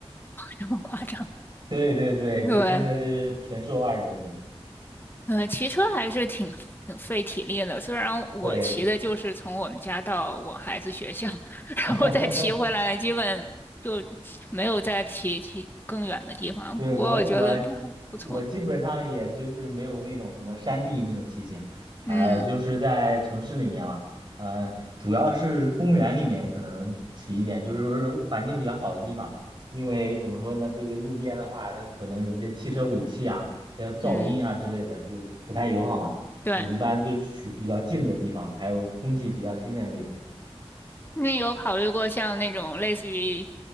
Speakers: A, on the left; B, on the right.
A: 这么夸张？
B: <laughs> 对对对，
A: 对，
B: 就真的是纯瘦二十多斤。
A: 呃，骑车还是挺挺费体力的。虽然我骑的就是从我们家到我孩子学校，
B: 对。
A: <laughs>
B: <laughs>
A: 然后再骑回来，基本就没有再骑骑更远的地方。
B: 对，
A: 不过我觉得这还不错。
B: 我我我基本上也就是没有那种什么山地那种骑行，呃，
A: 嗯
B: 就是在城市里面嘛，呃，主要是公园里面可能骑一点，就是环境比较好的地方，因为怎么说呢，这个路边的话，它可能有一些汽车尾气啊，还有噪音啊之类的，
A: 嗯，
B: 就不太友好嘛。
A: 对，
B: 我一般就去比较静的地方，还有空气比较新鲜的地方。
A: 那有考虑过像那种类似于